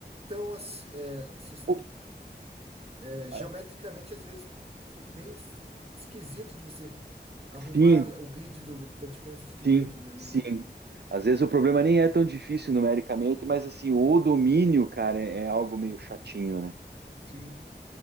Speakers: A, on the right; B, on the right.
A: tão assim, é, assim, você
B: o-
A: tem que- é, geometricamente,
B: a-
A: às vezes, ru- meio f- esquisito de você arrumar
B: sim,
A: o grid do, das diferenças finitas
B: sim,
A: ali,
B: sim.
A: né?
B: Às vezes o problema nem é tão difícil numericamente, mas assim, o domínio, cara, é, é algo meio chatinho, né?
A: sim